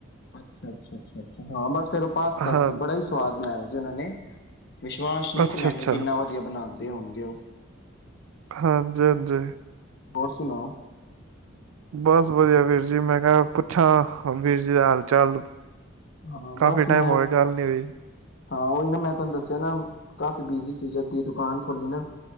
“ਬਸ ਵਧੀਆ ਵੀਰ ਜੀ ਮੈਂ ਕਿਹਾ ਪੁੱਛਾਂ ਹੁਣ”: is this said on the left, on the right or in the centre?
Right